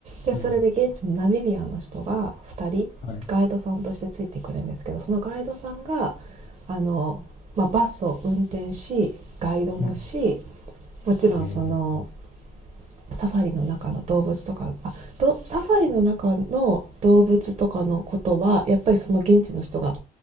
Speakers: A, on the right (about 35°); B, on the left (about 45°).
A: でそれで現地のナミビアの人が2人ガイドさんとしてついてくれるんですけどそのガイドさんが
B: うん。はい。
A: あの、まあ、バスを運転しガイドもし
B: うん。
A: もちろんその
B: ええ
A: サファリの中の動物とかあどサファリの中の動物とかのことはやっぱりその現地の人が